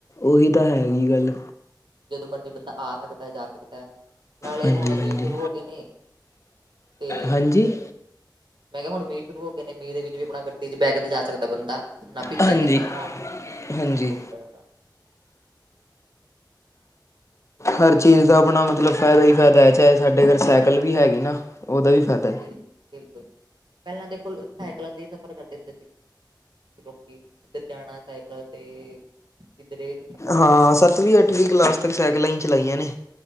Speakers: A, on the left; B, on the right.
A: ਉਹੀ ਤਾਂ, ਹੈਗੀ ਗੱਲ
B: ਜਦੋਂ ਮਰਜ਼ੀ ਬੰਦਾ ਆ ਸਕਦਾ, ਜਾ ਸਕਦਾ ਹੈ। ਨਾਲੇ
A: ਹਾਂਜੀ
B: ਹੁਣ ਮੀੱਹ
A: ਹਾਂਜੀ
B: ਸ਼ੁਰੂ ਹੋ ਗਏ ਨੇ, ਤੇ
A: ਹਾਂਜੀ
B: ਮੈਂ ਕਿਹਾ ਹੁਣ ਮੀਂਹ ਸ਼ੁਰੂ ਹੋ ਗਏ ਨੇ ਮੀਂਹ ਦੇ ਵਿੱਚ ਵੀ ਆਪਣਾ ਗੱਡੀ ਚ ਬੈਕੇ ਤੇ ਜਾ ਸਕਦਾ ਬੰਦਾ ਨਾ ਪੀ <unintelligible>
A: ਹਾਂਜੀ ਹਾਂਜੀ ਹਰ ਚੀਜ਼ ਦਾ ਆਪਣਾ ਮਤਲਬ ਫਾਇਦਾ ਹੀ ਫਾਇਦਾ ਹੈ ਚਾਹੇ ਸਾਡੇ ਘਰ ਸਾਈਕਲ ਵੀ ਹੈਗੀ ਨਾ ਉਹਦਾ ਵੀ ਫਾਇਦਾ।
B: ਬਿਲ ਬਿਲਕੁਲ ਪਹਿਲਾਂ ਦੇ ਕੋੁਲ ਸਾਈਕਲਾਂ ਤੇ ਹੀ ਸਫ਼ਰ ਕਰਦੇ ਹੁੰਦੇ ਸੀ। ਲੋਕੀ ਕਿੱਧਰ ਜਾਣਾ ਸਾਈਕਲ ਤੇ ਕਿੱਧਰੇ
A: ਹਾਂ ਸੱਤਵੀਂ ਅੱਠਵੀਂ ਕਲਾਸ ਤੱਕ ਸਾਈਕਲਾਂ ਹੀ ਚਲਾਈਆਂ ਨੇ